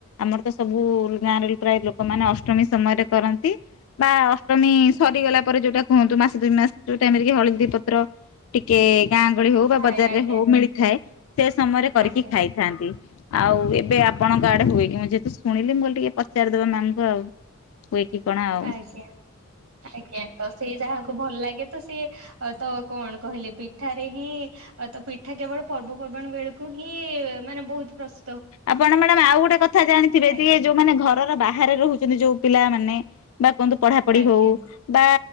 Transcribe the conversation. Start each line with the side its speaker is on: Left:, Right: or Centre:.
Left: ଆମର ତ ସବୁ ଗାଁରେ ପ୍ରାୟ ଲୋକମାନେ ଅଷ୍ଟମୀ ସମୟରେ କରନ୍ତି। ବା ଅଷ୍ଟମୀ
Right: ଆଜ୍ଞା
Left: ସରିଗଲା ପରେ ଯୋଉଟା କୁହନ୍ତୁ ମାସ ଦୁଇ ମାସ ଯୋଉ ଟାଇମି ରେ କି ହଳଦୀ ପତ୍ର ଟିକେ ଗାଁ ଗହଳି ହଉ ବା
Right: ଥାଏ
Left: ବଜାରରେ
Right: ଆଜ୍ଞା
Left: ହଉ ମିଳିଥାଏ ସେ ସମୟରେ କରିକି
Right: ଆଜ୍ଞା
Left: ଖାଏ ଥାନ୍ତି ଆଉ ଏବେ ଆପଣଙ୍କ ଆଡେ ହୁଏ କି ମୁଁ ଯେହେତୁ ଶୁଣିଲି ମୁଁ ଟିକେ ପଚାରିଦବା ମ୍ୟାମ କୁ ଆଉ। ହୁଏ କି କଣ ଆଉ।
Right: ଆଜ୍ଞା ଆଜ୍ଞା ତ ସେଇ ଯାହାକୁ ଭଲ ଲାଗେ ତ ସିଏ ଆଉ ତ କଣ କହିଲେ ପିଠାରେ ହିଁ ତ ପିଠା କେବଳ ପର୍ବପର୍ବାଣୀ ବେଳକୁ ହିଁ ମାନେ ବହୁତ ପସ୍
Left: ଆପଣ ମ୍ୟାଡାମ ଆଉ ଗୋଟେ କଥା ଜାଣିଥିବେ
Right: ଆଜ୍ଞା
Left: ଯିଏ ଯୋଉମାନେ ଘରର ବାହାରେ ରହୁ ଯଦି ଯୋଉ ପିଲା ମାନେ ବା ବନ୍ଧୁ ପଢା ପଢି
Right: ଆଜ୍ଞା
Left: ହଉ ବା